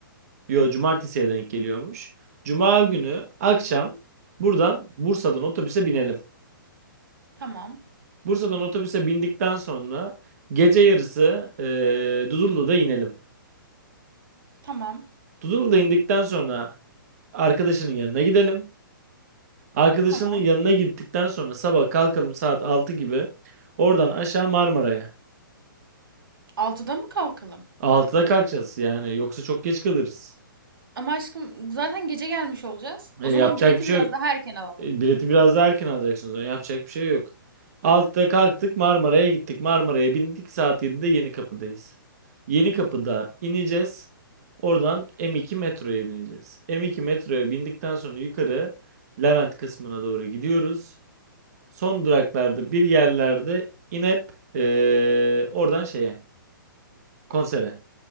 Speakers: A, on the right; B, on the right.
A: Yo cumartesiye denk geliyormuş. Cuma günü akşam buradan Bursa'dan otobüse binelim.
B: Tamam,
A: Bursa'dan otobüse bindikten sonra gece yarısı eee Dudullu'da inelim.
B: tamam,
A: Dudullu'da indikten sonra Arkadaşının yanına gidelim. Arkadaşının
B: tamam.
A: yanına gittikten sonra sabah kalkalım saat 6 gibi. Oradan aşağı Marmara'ya.
B: Altıda mı kalkalım?
A: Altıda kalkacağız yani yoksa çok geç kalırız.
B: Ama aşkım zaten gece gelmiş olacağız.
A: E,
B: O
A: yapacak
B: zaman bileti
A: bir şey
B: biraz
A: yok.
B: daha erken alalım.
A: E, bileti biraz daha erken alacaksınız. Yani yapacak bir şey yok. Altıda kalktık Marmara'ya gittik. Marmara'ya bindik saat 7'de Yenikapı'dayız. Yenikapı'da ineceğiz. Oradan M2 metroya bineceğiz. M2 metroya bindikten sonra yukarı Levent kısmına doğru gidiyoruz. Son duraklarda bir yerlerde inip eee, oradan şeye konsere.